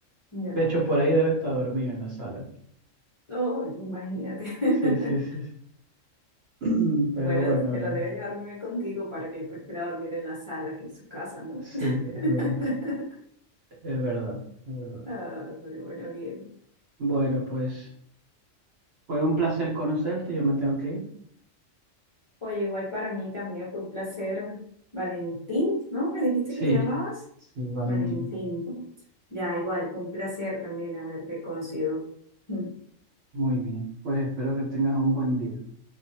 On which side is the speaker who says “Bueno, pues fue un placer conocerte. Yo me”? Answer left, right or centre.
Right